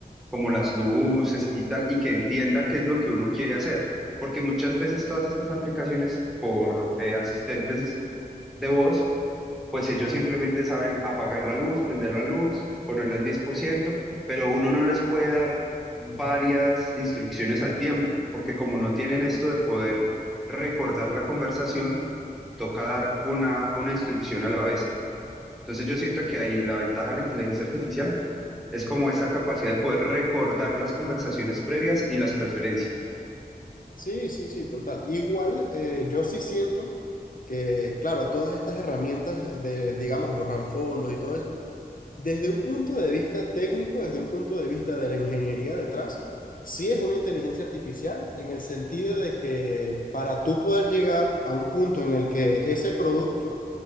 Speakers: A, in the centre; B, on the left.
A: como las luces y tal, y que entienda qué es lo que uno quiere hacer. Porque muchas veces todas estas aplicaciones por eh, asistentes de voz, pues ellos simplemente saben apagar la luz, prender la luz, ponerla al diez por ciento pero uno no les puede dar varias instrucciones al tiempo, porque como no tienen esto de poder recordar la conversación, toca dar una, una instrucción a la vez. Entonces yo siento que ahí la ventaja de la inteligencia artificial es como esta capacidad de poder recordar las conversaciones previas y las preferencias.
B: sí, sí, sí, total. Igual, eh, yo sí siento que, claro, todas estas herramientas de, digamos, borrar fondos y todo eso, Desde un punto de vista técnico, desde un punto de vista de la ingeniería detrás, sí es una inteligencia artificial en el sentido de que para tú poder llegar a un punto en el que ese producto